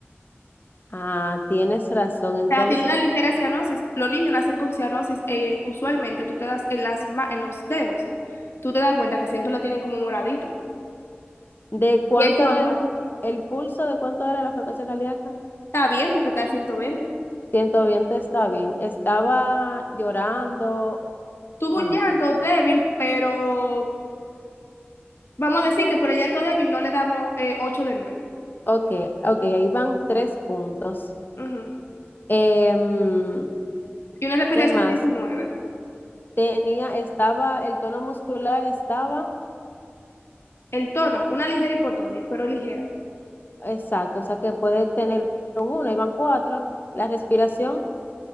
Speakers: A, on the left (about 50°); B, on the left (about 70°).
A: ah, tienes razón. Entonces,
B: O sea, tiene una ligera cianosis. Los niños nacen con cianosis. eh, usualmente tú te das en las ma- en los dedos. Tú te das cuenta que siempre lo tienen como moradito.
A: ¿de cuánto
B: Y es normal.
A: era el, el pulso? ¿De cuánto era la frecuencia cardíaca?
B: Está bien porque está a 120.
A: 120 está bien. Estaba llorando
B: Tuvo
A: o
B: un
A: no.
B: llanto débil, pero vamos a decir que por el llanto débil no le damos eh, 8 de nueve
A: Ok, ok, ahí van tres puntos.
B: Ujú.
A: Em,
B: Y una respiración
A: ¿qué más?
B: de diecinueve
A: Tenía, estaba, el tono muscular estaba,
B: El tono, una ligera hipotonia, pero ligera.
A: exacto, o sea que puede tener un uno, ahí van cuatro. La respiración,